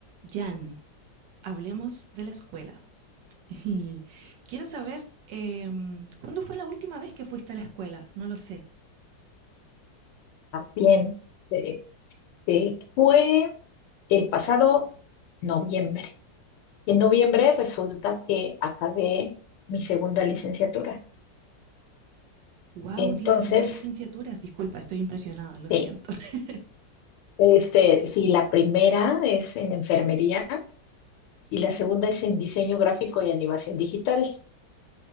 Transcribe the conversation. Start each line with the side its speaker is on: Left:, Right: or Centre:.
Right: Jan, hablemos de la escuela. <laughs> Quiero saber, eh, ¿cuándo fue la última vez que fuiste a la escuela? No lo sé.
Left: Bien, eh, eh, fue el pasado noviembre. En noviembre resulta que acabé mi segunda licenciatura.
Right: Wow,
Left: Entonces,
Right: tienes dos licenciaturas. Disculpa, estoy impresionada, lo siento.
Left: sí,
Right: <laughs>
Left: este, sí, la primera es en enfermería y la segunda es en diseño gráfico y animación digital.